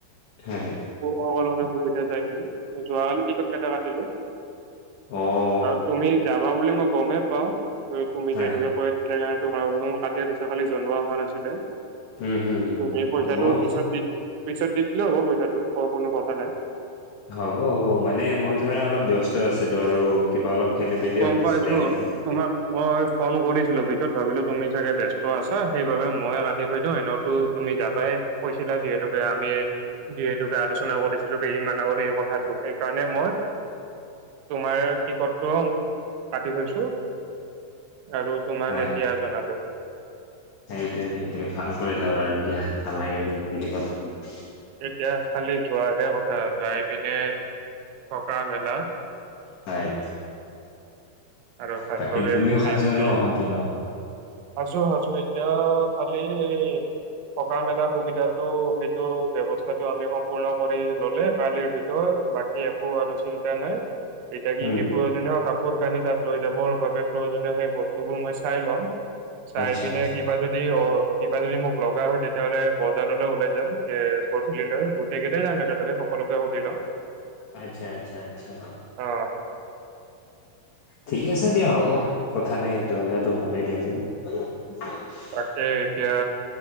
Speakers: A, on the left; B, on the right.
A: হয়।
B: মোৰ সকলৰে সুবিধা চাই পিনি, যোৱাকালি টিকট কেইটা কাটিলোঁ।
A: অঁ।
B: আৰু তুমি যাবা বুলি মই গমেই পাওঁ, তুমি
A: হয়
B: যিহেতুকে- কৈছিলা যে তোমাৰ বোলো, তাকে পিছে জনোৱা হোৱা নাছিলে।
A: উম হুম হুম
B: তুমি
A: হুম
B: পইচাটো
A: মই
B: পিছত দি পিছত দি দিলেও হ'ব পইচাটো ক কোনো কথা নাই।
A: হ'ব হ'ব মানে মই ধৰা অলপ ব্যস্ত আছিলোঁ আৰু- কিবা অলপ খেলি মেলিও
B: গম
A: হৈ
B: পাইছো
A: আছিলে সেইকাৰণে।
B: তোমাক মই ফোন কৰিছিলো পিছত ভাবিলোঁ তুমি চাগে ব্যস্ত আছা সেইবাবে মই কাটি থৈ দিওঁ এনেও- তো তুমি যাবাই কৈছিলা যিহেতুকে আমি- যিহেতুকে আলোচনা কৰিছিলো কেইদিনমান আগত এই কথাটো। সেইকাৰণে মই- তোমাৰ টিকট টো- কাটি থৈছো আৰু তোমাক
A: হয়
B: এতিয়া জনালোঁ।
A: সেইটোৱে সেইটোৱে। ভাল কৰিলা বাৰু দিয়া, ভাল লাগিলে সেইখিনি কথা শুনি।
B: এতিয়া খালি যোৱাহে কথা যাই পিনে থকা মেলা।
A: হয়।
B: আৰু ভালদৰে
A: বাকী তুমিও
B: পঢ়ি
A: সাজু
B: শুনি-
A: ন সম্পূৰ্ণ?
B: সাজু সাজু, এতিয়া খালি- থকা মেলাৰ সুবিধাটো সেইটো ব্যৱস্থাটো আমি সম্পূৰ্ণ কৰি ল'লে - কালিৰ ভিতৰত বাকী একো আৰু চিন্তা নাই, এতিয়া কি
A: উম
B: কি প্ৰয়োজনীয় কাপোৰ কানি তাত- লৈ যাবৰ বাবে প্ৰয়োজনীয় সেই বস্তুবোৰ মই চাই লম চাই
A: আচ্ছা
B: পিনে
A: আচ্ছা
B: কিবা যদি অ কিবা যদি মোক লগা হয় তেতিয়া হ'লে বজাৰলৈ ওলাই যাম এ গধূলৈ- ‍গোটেইকেইটাই যাম একেলগে সকলোকে সুধি লওঁ।
A: আচ্ছা'-আচ্ছা'-আচ্ছা'।
B: অ
A: ঠিক আছে দিয়া হ'ব, কথা নাই সেইটো হ'লেতো ভালেই দিয়াচোন। <unintelligible>
B: তাকে এতিয়া